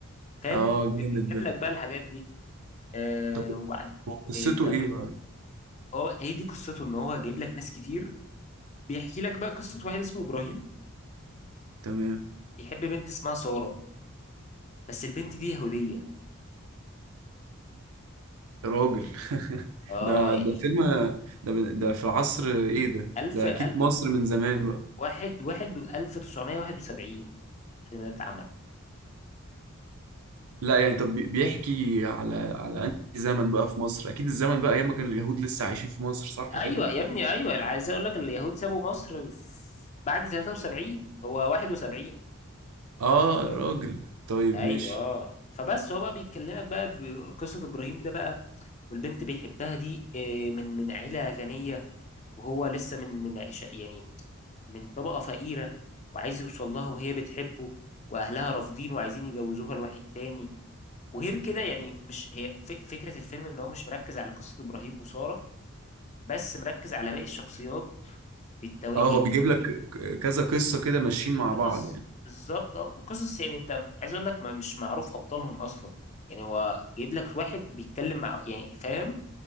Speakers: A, on the left (about 30°); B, on the right (about 90°).
A: فاهم
B: اه
A: وبيجيب
B: جامد ده
A: لك بقى الحاجات دي آه
B: طب
A: وبعد
B: هو قصته
A: ايه كم
B: ايه بقى
A: هو هي دي قصته ان هو جايب لك ناس كتير بيحكي لك بقى قصه واحد اسمه ابراهيم
B: تمام
A: بيحب بنت اسمها ساره بس البنت دي يهوديه
B: يا راجل
A: انت متخيل
B: <laughs>
A: اه
B: ده
A: يعني
B: ده فيلم ده ده في عصر ايه ده
A: 1000
B: ده
A: 1000
B: اكيد مصر من زمان بقى
A: واحد واحد 1971 في مدينة عمل
B: لا يعني طب بي- بيحكي على على انهي زمن بقى في مصر اكيد الزمن بقى ايام ما كان اليهود لسه عايشين في مصر صح
A: ايوه
B: كده
A: يا ابني ايوه انا عايز اقول لك اليهود سابوا مصر في- بعد 73 هو 71
B: اه يا راجل طيب
A: ايوه
B: ماشي
A: اه فبس هو بقى بيكلمك بقى بقصه ابراهيم ده بقى والبنت بيحبها دي آه، من من عيله غنيه وهو لسه من من عش- يعني من طبقه فقيره وعايز يوصل لها وهي بتحبه واهلها رافضين وعايزين يجوزوها لواحد تاني وغير كده يعني مش هي ف- فكره الفيلم ان هو مش مركز على قصه ابراهيم وساره بس مركز على باقي الشخصيات بالتوا
B: اه
A: يعني
B: هو بيجيب لك ك- كذا قصة كده ماشيين مع
A: قصص
B: بعض يعني
A: بالظبط اه وقصص يعني انت عايز اقول لك ما مش معروف ابطالهم اصلا يعني هو جايب لك واحد وبيتكلم مع يعني فاهم